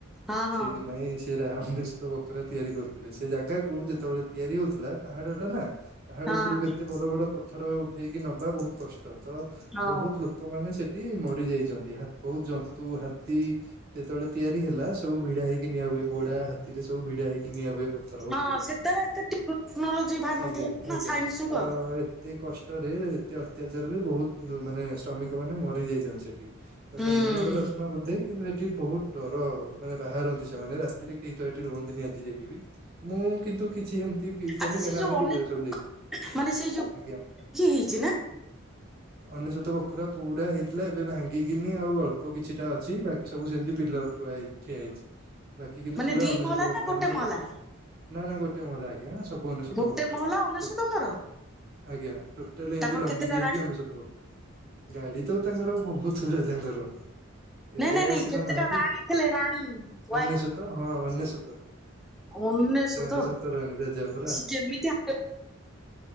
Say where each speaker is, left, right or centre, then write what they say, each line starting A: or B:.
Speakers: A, in the centre; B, on the right.
A: ହଁ ହଁ
B: ସେଇଥିପାଇଁ ସେ ଡିସ୍କୋ ବଖରା ତିଆରି କରୁଥିଲେ ସେ ଜାଗାକୁ ଯେତେବେଳେ ତିଆରି ହଉଥିଲା ପାହାଡଟା ନା ପାହାଡ
A: ହଁ
B: ଉପରକୁ ଏତେ ବଡ ବଡ ପଥର ଉଠେଇକି ନବା ବହୁତ କଷ୍ଟ ତ
A: ହଉ
B: ବହୁତ ଲୋକମାନେ ସେଠି ମରି ଯାଇଛନ୍ତି ହା ବହୁତ ଜନ୍ତୁ ହା ତି ସେତେବେଳେ ତିଆରି ହେଲା ସବୁ ଭିଡା ହେଇକି ନିଆ ହୁଏ ଘୋଡା ହାତୀରେ ସବୁ ଭିଡା ହେଇକି ନିଆ ହୁଏ। ପଥର
A: ହଁ
B: ଉପରକୁ
A: ସେତେବେଳେ ଏତେ ଟେକ୍ନୋଲୋଜି ବାହାରି
B: ଆଜ୍ଞା
A: ନଥିଲା ନା
B: ଆଜ୍ଞା
A: ସାଇନ୍ସ ଯୁଗ
B: ତ ଏତେ କଷ୍ଟରେ ତ ଅତ୍ୟାଚାରରେ ବହୁତ ମାନେ ଶ୍ରମିକ ମାନେ ମରି ଯାଇଛନ୍ତି ସେଠି ତ
A: ହୁଁ
B: ସେମାନଙ୍କରତ୍ମ କିନ୍ତୁ ସେଠି ବହୁତ ଡର ମାନେ ବାହାରନ୍ତି ସେମାନେ ରାତିରେ କେହି ତ ସେଠି ରୁହନ୍ତିନି ଆଜି ଯାଇକ ବି ମୁଁ ମୁଁ କିନ୍ତୁ କିଛି ହେ ତି ଫିଲ୍ କରନି
A: ଆଚ୍ଛା
B: କାହିଁକିନା
A: ସେ ଯୋଉ
B: ଆମେ
A: ଅନେ
B: ଦିନରେ ସବୁ ଯାଇଛୁ
A: ମାନେ ସେଇ ଯୋଉ
B: ଆଜ୍ଞା
A: ଇଏ ହେଇଛି ନା
B: ଅନେଶତ ବଖରା ପୁରା ହେଇଥିଲା ଏବେ ଭାଙ୍ଗିକିନି ଆଉ ଅଳ୍ପ କିଛିଟା ଅଛି ଛି ବାକି ସବୁ ସେମିତି ପିଲର ଥୁଆ ହେଇଛି ଠିଆ ହେଇଛି ବାକି କିନ୍ତୁ
A: ମାନେ
B: ପୁରା
A: ଦି
B: ଅନିେଶ୍ୱତ
A: ମହଲା
B: ବଖରା
A: ନା ଗୋଟେ
B: ହିଁ ସେ
A: ମହଲା
B: କରିଥିଲା ନା ନା ଗୋଟେ ମୋଲା ଆଜ୍ଞା ସବୁ ଅନେଶତ
A: ଗୋଟେ
B: ବଖରା
A: ମହଲା
B: ପୁଣି
A: ଅନେଶତ
B: ଟୋଟାଲ
A: ଘର
B: ଆଜ୍ଞା ଟୋଟାଲି
A: ତାଙ୍କର
B: ଏମିତି ଲମ୍ବିକି
A: କେତେଟା
B: ହେଇକି
A: ରାଣୀ?
B: ଅନେଶତ ବଖରା ଗାଡି ତ ତାଙ୍କର ବହୁତ ରାଜାଙ୍କର
A: ନାଇଁ
B: ଏବେ
A: ନାଇଁ
B: ଆଉ
A: ନାଇଁ
B: ସିନା
A: କେତେଟା
B: ନାହାନ୍ତି
A: ରାଣୀ ଥିଲେ ରାଣୀ ୱାଇଫ
B: ଅନେସତ ହଁ ଅନେଶ
A: ଅନେଶତ
B: ସେ ଅନେଶତରେ ରାଣି ତା ଯା ପୁରା
A: ସିଏ କେମିତି ଆମେ